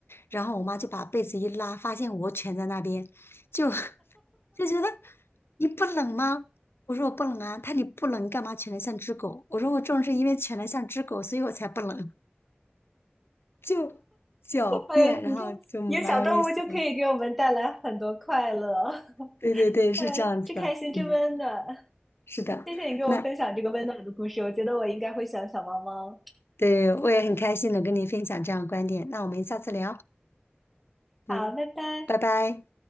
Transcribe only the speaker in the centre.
<laughs> 哎呦，
你看，有小动物就可以给我们带来很多快乐。<laughs>
哎，真开心，真温暖。
谢谢你给我分享这个温暖的故事，
我觉得我应该会喜欢小猫猫。
好，拜拜。